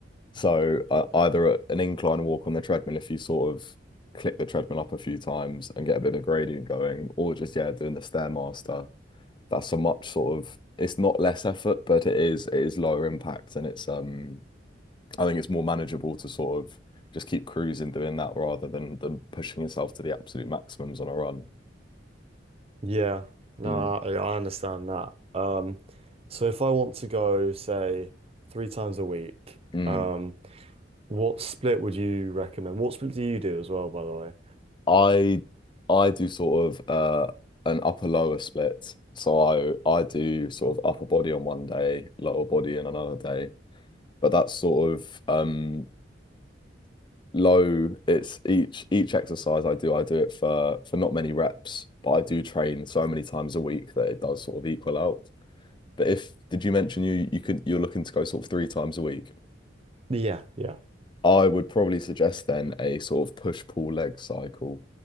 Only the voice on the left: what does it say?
So uh, either a- an incline walk on the treadmill if you sort of click the treadmill up a few times and get a bit of gradient going, or just yeah, doing the Stairmaster. That's a much sort of it's not less effort, but it is it is lower impact and it's um I think it's more manageable to sort of just keep cruising doing that rather than than pushing yourself to the absolute maximums on a run.
Mm,
mm.
I I do sort of uh an upper lower split. So I I do sort of upper body on one day, lower body on another day. But that's sort of um low. It's each each exercise I do, I do it for for not many reps, but I do train so many times a week that it does sort of equal out. But if did you mention you you could you're looking to go sort of three times a week?
I would probably suggest then a sort of push pull leg cycle.